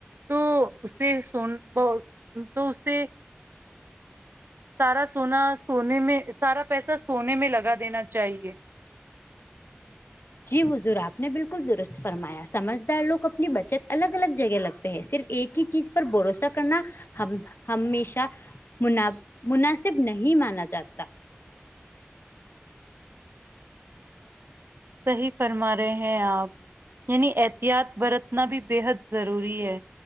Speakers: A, on the right; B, on the left.
A: تو اسے سون ب تو اس سے سارا سونا سونے میں سارا پیسہ سونے میں لگا دینا چاہیے
B: جی حضور آپ نے بالکل درست فرمایا سمجھ دار لوگ اپنی بچت الگ الگ جگہ لگتے صرف ایک ہی چیز پر بھروسہ کرنا ہم ہمیشہ مناب مناسب نہیں مانا جاتا
A: صحیح فرما رہے ہیں آپ یعنی احتیاط برت نا بھی بے حد ضروری ہے